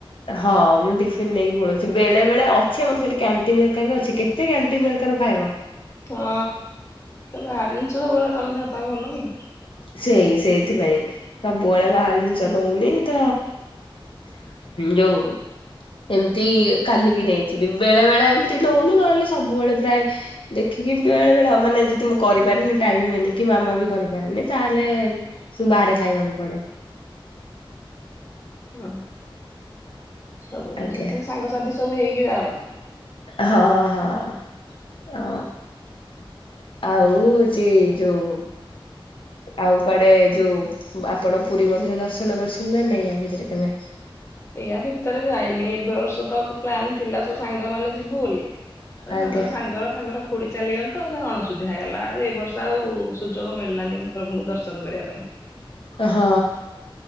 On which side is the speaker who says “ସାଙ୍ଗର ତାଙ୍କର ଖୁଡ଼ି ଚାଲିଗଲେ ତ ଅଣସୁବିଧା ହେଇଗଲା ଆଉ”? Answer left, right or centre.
Left